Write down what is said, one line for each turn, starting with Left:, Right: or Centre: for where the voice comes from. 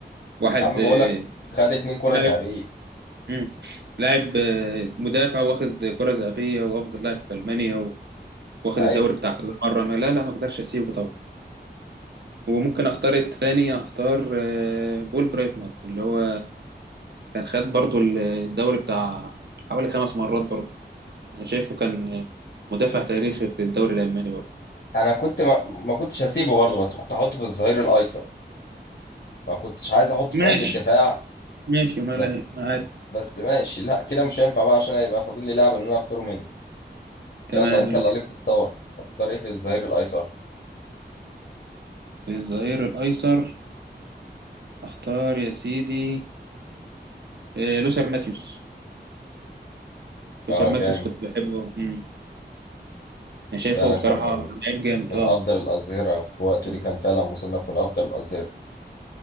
Right: واحد
Left: يا عم
Right: آه،
Left: بقول لك خد اتنين كرة
Right: لاعب
Left: ذهبية
Right: مم. لاعب آه، مدافع واخد كره ذهبيه وافضل لاعب في المانيا و- واخد
Left: ايوه
Right: الدوري بتاع كذا مره ما لا لا ما اقدرش اسيبه طبعا وممكن اختار التاني اختار آه، بول برايتنر اللي هو كان خد برضو الدوري بتاع حوالي خمس مرات برضو أنا شايفه كان مدافع تاريخي في الدوري الألماني برضه
Left: انا كنت ما, ما كنتش هسيبه برضه بس كنت هحطه في الظهير الايسر ما كنتش عايز احطه
Right: ماشي
Left: في قلب الدفاع
Right: ماشي ما
Left: بس
Right: له معاك
Left: بس ماشي لا كده مش هينفع بقى عشان هيبقى فاضل لي لاعب ان انا اختاره منه
Right: تمام
Left: يلا انت
Right: اللي
Left: اللي
Right: تحب
Left: عليك تختار هتختار ايه في الظهير الايسر
Right: الظهير الأيسر أختار يا سيدي آه، لوثر ماتيوس
Left: اه
Right: لوثر ماتيوس
Left: جامد
Right: كنت بحبه مم. أنا شايفه
Left: فعلا
Right: بصراحة
Left: كان من
Right: لعيب جامد
Left: من
Right: أه
Left: افضل الاظهرة في وقته
Right: مم.
Left: دي كان فعلا مصنف من افضل الاظهرة